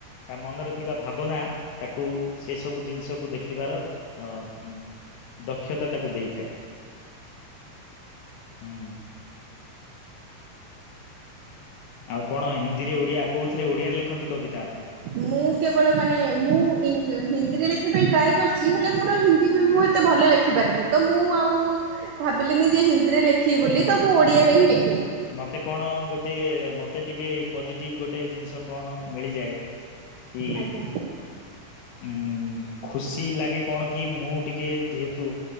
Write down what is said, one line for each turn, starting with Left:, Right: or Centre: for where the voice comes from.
Left: ତା ମନରେ ଥିବା ଭାବନା ତାକୁ ସେ ସବୁ ଜିନିଷକୁ ଦେଖିବାର ଅ ଉ ଦକ୍ଷତା ତାକୁ ଦେଇ ଥାଏ। ହୁଁ। ଆଉ କଣ ହିନ୍ଦୀରେ ଓଡ଼ିଆ କୋଉଥିରେ ଓଡିଆରେ ଲେଖନ୍ତି କବିତା ଆପଣ?
Right: ମୁଁ କେବଳ ମାନେ ମୁଁ ଈଂ ହିନ୍ଦୀରେ ଲେଖିବା ପାଇଁ ଟ୍ରାଏ କରିଛି। ହେଲେ ମୋର ହିନ୍ଦୀ ବି ମୁଁ ଏତେ ଭଲ ଲେଖ ଖିପାରିନି ତ ମୁଁ ଆଉ ଭାବିଲିନି ଯେ ହିନ୍ଦୀରେ ଲେଖିବି ବୋଲି ତ ମୁଁ ଓଡିଆରେ ହିଁ ଲେଖେ।
Left: ମତେ କଣ ଗୋଟେ ମତେ ଟିକେ ପଜିଟିଭ ଗୋଟେ ଜିନିଷ କଣ ମିଳିଯାଏ। କି
Right: ଆଜ୍ଞା।
Left: ଉଁ ଖୁସି ଲାଗେ କଣ କି ମୁଁ ଟିକେ ଯେହେତୁ